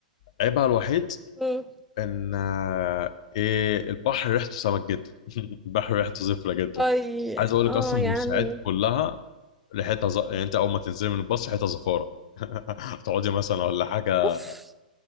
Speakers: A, on the left (about 50°); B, in the centre.
A: عيبها الوحيد
B: مم.
A: ان آه، ايه البحر ريحته سمك جدا <laughs> البحر ريحته زفره جدا
B: اي
A: عايز اقول
B: اه
A: لك اصلا
B: يعني
A: بورسعيد كلها ريحتها ز... يعني انت اول ما تنزلي من الباص ريحتها زفاره <laughs> هتقعدي مثلا ولا حاجه
B: اوف